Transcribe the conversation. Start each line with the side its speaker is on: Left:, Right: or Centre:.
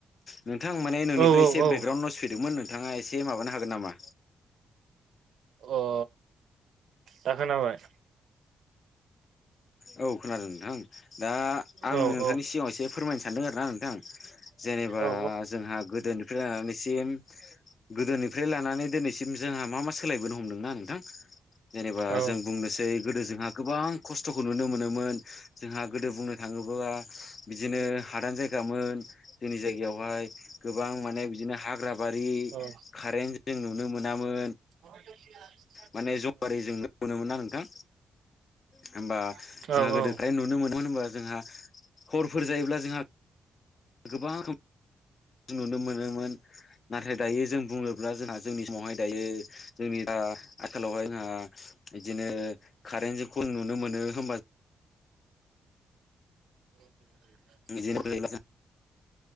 Left: नोंथां माने नोंनिफ्राय
Right: औ औ
Left: एसे
Right: औ
Left: बेकग्राउन्ड नयस फैदोंमोन नों नोंथाङा एसे माबानो हागोन नामा?
Right: अ दा खोनाबाय।
Left: औ खोनादों नोंथां दा आं
Right: औ
Left: नोंथांनि
Right: औ
Left: सिगाङाव एसे फोरमायनो सानदों आरो ना नोंथां। जेनेबा
Right: औ
Left: जोंहा गोदोनिफ्राय लानानैसिम गोदोनिफ्राय लानानै दिनै सिम जोंहा मा मा सोलायबोनो हमदोंना नोंथां जेनेबा
Right: औ
Left: जों बुंनोसै गोदो जोंहा गोबां खस्थ'खौ नुनो मोनोमोन जोंहा गोदो बुंनो थाङोबा बिदिनो हादान जायगा गामोन जोंनि जायगायावहाय गोबां माने बिदिनो हाग्रा बारि
Right: औ
Left: खारें जों नुनो मोनामोन।
Right: <unintelligible>
Left: माने जवारि जों नुनो मोना नोंथां। होमबा जोंहा
Right: औ
Left: गोदो
Right: औ
Left: फ्राय नुनो मोनोम होनबा जोंहा हरफोर जायोब्ला जोंहा गोबां नुनो मोनोमोन नाथाय दायो जों बुङोब्ला जोंहा जोंनि समावहाय दायो जोंनि दा आखालावहाय जोंहा बिदिनो कारेन्ट जोंखौ नुनो मोनो होमबा
Right: <unintelligible>
Left: बिदिनोफ्राय